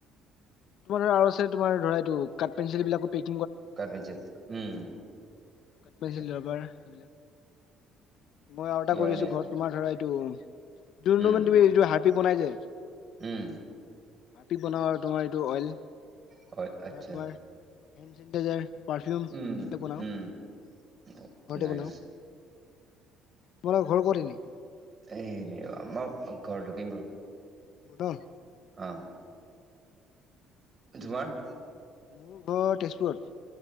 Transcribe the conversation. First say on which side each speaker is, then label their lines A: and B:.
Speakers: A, on the left; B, on the right.
A: তোমাৰ ধ আৰু আছে তোমাৰ ধৰা এইটো কাট পেঞ্চিল বিলাকো পিক
B: কাট পেঞ্চিল উম।
A: কাট পেঞ্চিল
B: আচ্ছা
A: ৰাবাৰ সেইবিলাক। মই আৰু
B: কিবা
A: এটা কৰি
B: মানে
A: আছো ঘৰত তোমাৰ ধৰা এইটো যোন
B: উম
A: মানে তুমি এইটো হাত বনাই যায়
B: উম
A: ভাতি বনাওঁ আৰু তোমাৰ এইটো অইল
B: হয় আচ্ছা
A: ধৰা তোমাৰ হেণ্ড চেনিটাইজাৰ পাৰফিউম
B: উম
A: এইবিলাক বনাওঁ
B: উম ন
A: ঘৰতে
B: নাই
A: বনাওঁ তোমালোকৰ ঘৰ ক'ত ইনেই?
B: এনে মোৰ ঘৰ লক্ষিমপুৰ।
A: অ
B: অ ধুৱাৰ
A: মোৰ ঘৰ তেজপুৰত